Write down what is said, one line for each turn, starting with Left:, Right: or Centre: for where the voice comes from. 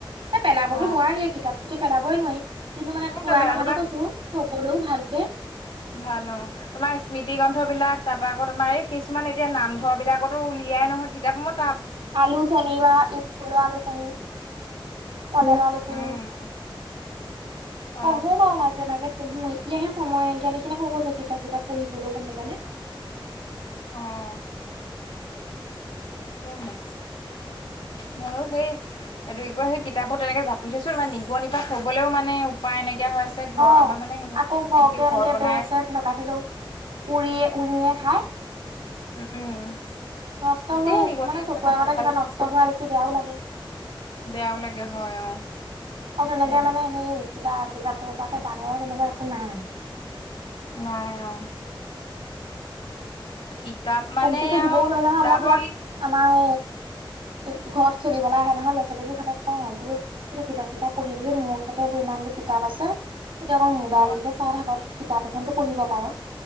Right: এ পেলাবতো
Left: অ
Right: নোৱাৰি কিতাপ কতো পেলাবই নোৱাৰি। কিন্তু মানে
Left: ক
Right: থোৱা
Left: ন বাৰ
Right: কথাটো
Left: আৰুি
Right: কৈছো থবলৈও ভালকে
Left: ভাল অ' তোমাৰ স্মৃতি গ্ৰন্থ বিলাক তাৰপা আকৌ তোমাৰ এই কিছুমান এতিয়া নামঘৰ বিলাকতো উলিয়াই নহয় কিতাপ মত
Right: আলু চনি বা ই্কুল আলু চনি কলৰ
Left: উম
Right: আলোচনী
Left: অ
Right: পঢ়ো বাৰু মাজে মাজে। পঢ়ো এতিয়াহে সময় এ্ঞা নিচিনা সৰু গৈছে কিতাপ যেিতাপ পঢ়িবলৈও গম পাইছানে।
Left: আহ', কহে, ময়ো সেই এই কয় সেই কিতাপবোৰ তেনেকে জাপি থৈছো ত নিগ নিপা থবলেও মানে উপায় এনেকে নাইকিয়া হৈ আছে ঘৰ
Right: অ',
Left: আমাৰ মানে
Right: আকৌ ঘৰকে
Left: ঘৰ
Right: এনেকে
Left: বনাই
Right: বেছে ডকা ধত উৰিয়ে উৰি হায়
Left: উম',
Right: নষ্ট
Left: গোটেই
Right: হোৱা মোক
Left: নিগনি
Right: মানে
Left: ইমান
Right: চকুৰ আগতে
Left: ভাল ভাল
Right: কিবা
Left: কিতাপবোৰ
Right: নষ্ট হোৱা দেখি বেয়াও লাগে।
Left: বেয়াও লাগে হয় অ
Right: আৰু তেনেকে
Left: সেয়েহে
Right: মানে হেৰি কিবা কিতাপ। ত পৰাাকে ডাঙৰ তেনেকুৱা একো নাই মানে।
Left: নাই অ', কিতাপ মানে
Right: কমটোছে জিবও
Left: আৰু
Right: নোৱাৰি নহয়
Left: কিতাপৰ
Right: মই দিয়া আমাৰ এ ঘৰত খেলিবলৈ আহে নহয় ল'ৰা ছোৱীোৰ সহঁতেত কওঁ বোলো য কিতা চিতাপ পঢ়িবিচোন মোৰ ওচৰতে ব ইমান কিতাপ আছে তেতিয়া অকল মোবাইলকে
Left: অ
Right: চাই থাকক কিতাপ এখনতো পঢ়িব পাৰ।